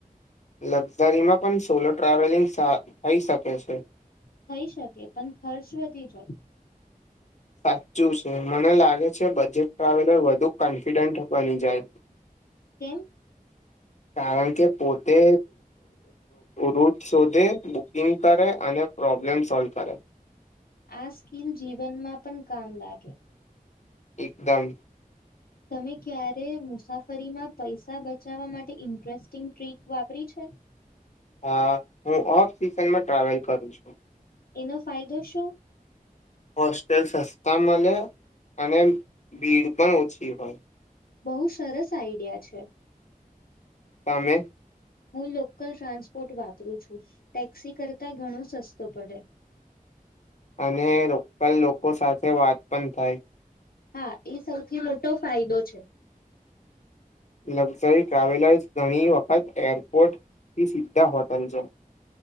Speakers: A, on the left; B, on the left.
A: લક્ઝરીમાં પણ સોલો ટ્રાવેલિંગ સા થઈ શકે છે.
B: થઈ શકે પણ ખર્ચ વધી જાય.
A: સાચું છે મને લાગે છે બજેટ ટ્રાવેલર વધુ કોન્ફિડન્ટ બની જાય.
B: કેમ?
A: કારણ કે પોતે રૂટ શોધે બુકિંગ કરે અને પ્રોબ્લેમ સોલ્વ કરે.
B: આ સ્કીલ જીવનમાં પણ કામ લાગે.
A: એકદમ.
B: તમે ક્યારે મુસાફરીમાં પૈસા બચાવવા માટે ઇન્ટરેસ્ટિંગ ટ્રીક વાપરી છે?
A: હા હું ઓફ સિઝનમાં ટ્રાવેલ કરું છું.
B: એનો ફાયદો શું?
A: હોસ્ટેલ સસ્તા મલે અને ભીડ પણ ઓછી હોય.
B: બહુ સરસ આઈડિયા છે.
A: તમે?
B: હું લોકલ ટ્રાન્સપોર્ટ વાપરું છું ટેક્સી કરતા ઘણો સસ્તો પડે.
A: અને લોકલ લોકો સાથે વાત પણ થાય.
B: હા એ સૌથી મોટો ફાયદો છે.
A: લક્ઝરી ટ્રાવેલર્સ ઘણી વખત એરપોર્ટથી સીધા હોટલ છે.